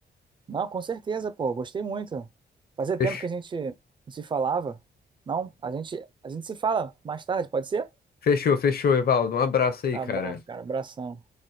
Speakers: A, on the right; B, on the left.
A: Não, com certeza, pô, gostei muito. Fazia
B: Fech-
A: tempo que a gente não se falava. Não, a gente, a gente se fala mais tarde, pode ser?
B: Fechou, fechou, Evaldo, um abraço aí,
A: Tá
B: cara.
A: bom, cara, abração.